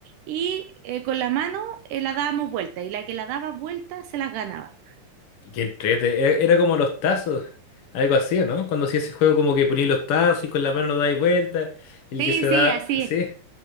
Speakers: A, on the right; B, on the left.
A: y eh, con la mano eh, la dábamos vuelta, y la que la daba vuelta se las ganaba.
B: Qué entrete, e- era como los tazos, algo así, ¿o ¿no? Cuando hacía ese juego como que ponías los tazos y con la mano dais vuelta, y el
A: Sí,
B: que se
A: sí,
B: da,
A: así
B: sí,
A: es,